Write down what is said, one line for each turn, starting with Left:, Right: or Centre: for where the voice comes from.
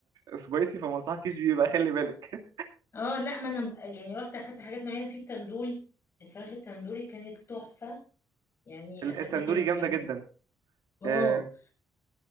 Right: سبايسي فما أنصحكيش بيه بقى خلي بالك
Left: اه لا ما انا ب- يعني رحت اخدت حاجات معينة في التندوري الفراخ التندوري كانت تحفة يعني
Right: <laughs>
Left: اكلتها
Right: التندوري
Left: كانت
Right: جامدة
Left: جميلة
Right: جدا
Left: اه
Right: آه،